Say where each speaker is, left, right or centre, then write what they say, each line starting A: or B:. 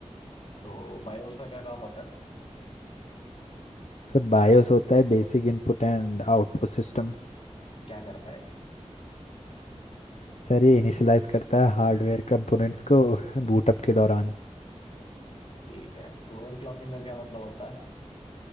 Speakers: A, on the left; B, on the left.
A: तो बायोस का क्या काम होता है
B: सर बायोस होता है basic input and output system
A: क्या करता है ये?
B: Sir ये इनिशियलाइज करता है हार्डवेयर कंपोनेंट्स को बूटअप के दौरान
A: ठीक है ओवर क्लॉकिंग का क्या मतलब होता है